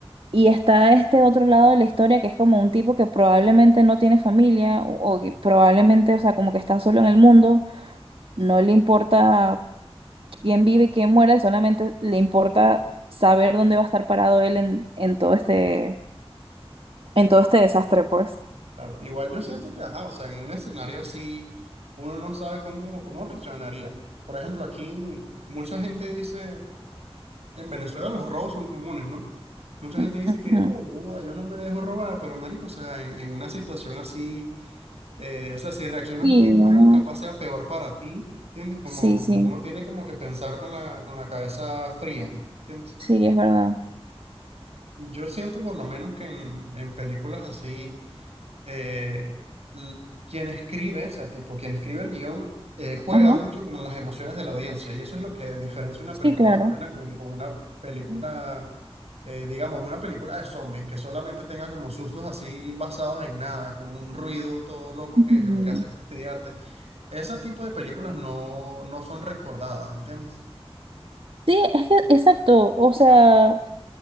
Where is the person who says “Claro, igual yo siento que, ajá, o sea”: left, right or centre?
Right